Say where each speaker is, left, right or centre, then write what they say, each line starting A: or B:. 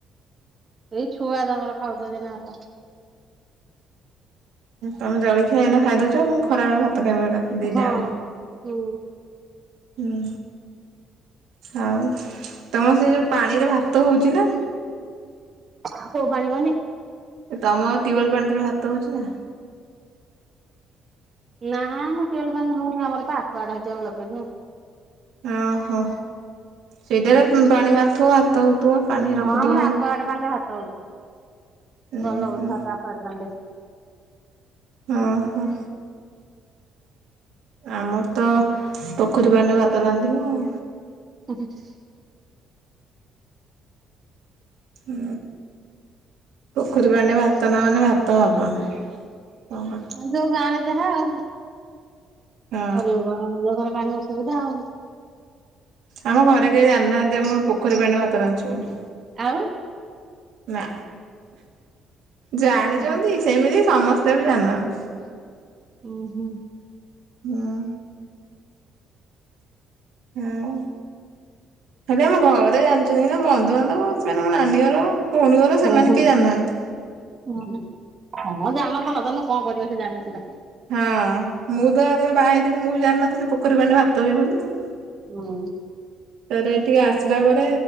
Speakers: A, on the right (about 35°); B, on the right (about 75°).
A: ଏଇ ଛୁଆ ତାଙ୍କର ଖାଉଛନ୍ତି ନା ଭାତ।
B: ତମେ ଜଳଖିଆ ଏଇନା ଖାଇଦଉଛ ପୁଣି ଖରାବେଳେ ଭାତ ଖାଇବ ଏକାଥରେ। ଦିଟା
A: ହଁ
B: ବେଳେ।
A: ହୁଁ।
B: ହୁଁ ଆଉ ତମର ସେ ଯୋଉ ପାଣିରେ ଭାତ ହଉଛି ନା?
A: କୋଉ ପାଣି ମାନେ?
B: ତମ ଟ୍ୟୁବଲ୍ ପାଣି ଟାରେ ଭାତ ହଉଛି ନା?
A: ନାଁ ଆମ ଟ୍ୟୁବଲ ପାଣିରେ ହଉନି ଆମର ପା ଆକ୍ଯୁଗାରିୟମ ସେଥିପାଇଁ ଲଗେଇଛୁ।
B: ଓହୋ, ସେଇଟାରେ ପାଣି ମାରୁଥିବ ଭାତ ହଉଥିବ। ପାଣି ରଖୁଥିବ।
A: ହଁ ଆମର ଆକ୍ଯୁଗାଡ୍ ପାଣିରେ ଭାତ ହଉଚି
B: ହୁଁ
A: ଭଲ ହଉଚି
B: ହୁଁ
A: ଭାତ ଆକ୍ଯୁଗାଡ୍ ପାଣିରେ।
B: ହୁଁ ହୁଁ। ଆମର ତ ପୋଖରୀ ପାଣିରେ ଭାତ ରାନ୍ଧିବୁ ଆଉ।
A: <unintelligible>
B: ହୁଁ ପୋଖରୀ ପାଣିରେ ଭାତ ନହେଲେ ଭାତ ହବନି। କଣ କରିବ।
A: ହଁ ଯୋଉ ଗାଁ ରେ ଯାହା ଆଉ।
B: ହଁ
A: କରିବେ କଣ ଯଉ ଗାଁରେ ପାଣି ଅସୁବିଧା ଆଉ।
B: ଆମ ଘରେ କେହି ଜାଣିନାହାନ୍ତି ଆମେ ପୋଖରୀ ପାଣିରେ ଭାତ ରାନ୍ଧୁଛୁ ବୋଲି।
A: ଆଉ?
B: ନା ଜାଣିଛନ୍ତି
A: ଉଁ
B: ସେମିତି ସମସ୍ତେ ବି ଜାଣିନାହାନ୍ତି।
A: ହୁଁ ହୁଁ।
B: ହଁ। ଆଉ? ଖାଲି ଆମ ଘରେ ଜାଣିଛନ୍ତି ନା ବନ୍ଧୁବାନ୍ଧବ ସେ ମାନେ ମୋ ନାନୀ ଘର। ଭଉଣୀ ଘର ସେମାନେ
A: ହୁଁ ହୁଁ
B: କେହି ଜାଣିନାହାନ୍ତି।
A: ହଁ ହଁ ହମ ଜାଣନ୍ତୁ ନଜାଣନ୍ତୁ କଣ କରିବେ ସେ ଜାଣିଲେ ସୁଧା।
B: ହଁ ମୁଁ ତ ଯେତେବେଳେ ବାହା ହେଇଥିଲି ମୁଁ ବି ଜାଣିନଥିଲି ପୋଖରୀ ପାଣିରେ ଭାତ ହୁଏ ବୋଲି ଆଉ।
A: ହୁଁ।
B: ତାପରେ ଏଠିକି ଆସିଲା ପରେ